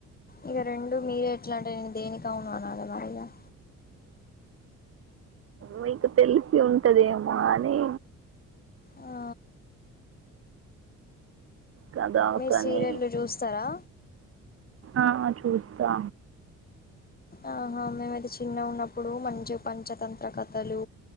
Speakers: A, on the left; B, on the right.
A: ఇగ రెండు మీరే ఎట్లా అంటే నేను దేనిక ఉను అనద <unintelligible> మరి ఇక
B: మీకు తెలిసి ఉంటదేమో అని
A: ఆ
B: కదా
A: మీ
B: కానీ
A: సీరియల్లు చూస్తారా
B: ఆ చూస్తా
A: ఆహా మీమైతే చిన్నగున్నప్పుడు మంచి పంచతంత్ర కథలు